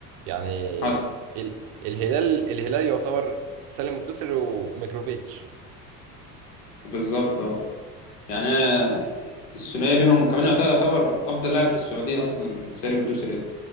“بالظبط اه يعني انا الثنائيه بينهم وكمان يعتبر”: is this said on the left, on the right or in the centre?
Left